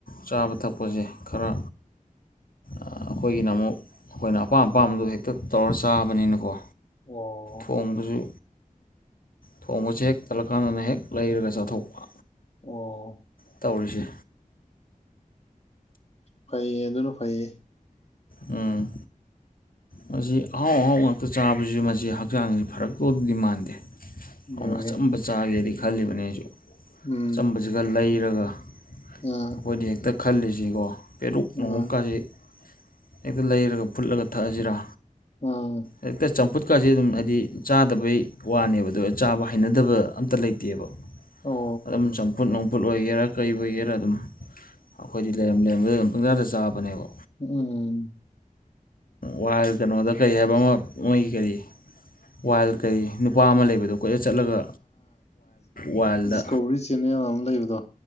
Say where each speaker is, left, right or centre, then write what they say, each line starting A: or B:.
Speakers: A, on the left; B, on the left.
A: ꯆꯥꯕ ꯊꯛꯄꯁꯦ ꯈꯔ ꯑꯩꯈꯣꯏꯒꯤꯅ ꯑꯃꯨꯛ ꯑꯩꯈꯣꯏꯅ ꯑꯄꯥꯝ ꯑꯄꯥꯝꯕꯗꯨ ꯍꯦꯛꯇ ꯇꯧꯔ ꯆꯥꯕꯅꯤꯅꯀꯣ
B: ꯑꯣ
A: ꯊꯣꯡꯕꯁꯨ ꯊꯣꯡꯕꯁ ꯍꯦꯛ ꯆꯠꯂꯀꯥꯟꯗꯅ ꯍꯦꯛ ꯂꯩꯔꯒ ꯆꯥꯊꯣꯛꯄ
B: ꯑꯣ
A: ꯇꯧꯔꯤꯁꯦ
B: ꯐꯩꯌꯦ ꯑꯗꯨꯅ ꯐꯩꯌꯦ
A: ꯎꯝ ꯃꯁꯤ ꯑꯍꯥꯎ ꯑꯍꯥꯎ ꯉꯥꯛꯇ ꯆꯥꯕꯁꯤ ꯃꯁꯤ ꯍꯛꯆꯥꯡꯁꯤ ꯐꯔꯛ ꯇꯗꯤ ꯃꯥꯟꯗꯦ
B: ꯎꯝ
A: ꯑꯗꯨꯅ ꯑꯆꯝꯕ ꯆꯥꯒꯦꯗꯤ ꯈꯜꯂꯤꯕꯅꯦ ꯑꯩꯁꯨ
B: ꯎꯝ
A: ꯑꯆꯕꯁꯤ ꯂꯩꯔꯒ
B: ꯑꯥ
A: ꯑꯩꯈꯣꯏꯗꯤ ꯍꯦꯛꯇ ꯈꯜꯂꯤꯁꯤꯀꯣ ꯄꯦ ꯅꯣꯡꯎꯞꯀꯥꯁꯤ
B: ꯑꯥ
A: ꯍꯦꯛꯇ ꯂꯩꯔꯒ ꯐꯨꯠꯂꯒ ꯊꯛꯑꯁꯤꯔꯥ
B: ꯑꯥ
A: ꯍꯦꯛꯇ ꯈꯨꯠꯀꯥꯁꯦ ꯑꯗꯨꯝ ꯍꯥꯏꯗꯤ ꯆꯥꯗꯕꯩ ꯋꯥꯅꯦꯕ ꯑꯗꯨꯒ ꯆꯥꯕ ꯍꯩꯅꯗꯕ ꯑꯝꯇ ꯂꯩꯇꯦꯕ
B: ꯑꯣ
A: ꯑꯗꯨꯝ ꯆꯝꯐꯨꯠ ꯅꯝꯐꯨꯠ ꯑꯣꯏꯒꯦꯔꯛ ꯀꯩ ꯑꯣꯏꯒꯦꯔꯥ ꯑꯗꯨꯝ ꯑꯩꯈꯣꯏꯗꯤ ꯂꯩꯔꯝ ꯂꯩꯔꯝꯕꯗ ꯑꯗꯨꯝ ꯄꯪꯖꯥꯗ ꯆꯥꯕꯅꯦꯕ
B: ꯎꯝ
A: ꯋꯥꯜ ꯀꯩꯅꯣꯗ ꯀꯔꯤ ꯍꯥꯏꯕ ꯑꯃ ꯃꯣꯏꯒꯤ ꯀꯔꯤ ꯋꯥꯏꯜ ꯀꯩ ꯅꯨꯄꯥ ꯑꯃ ꯂꯩꯕꯗꯣ ꯀꯣꯏꯂ ꯆꯠꯂꯒ ꯋꯥꯏꯜꯗ
B: ꯀꯧꯔꯤ ꯆꯦꯟꯅꯜ ꯑꯃ ꯂꯩꯕꯗꯣ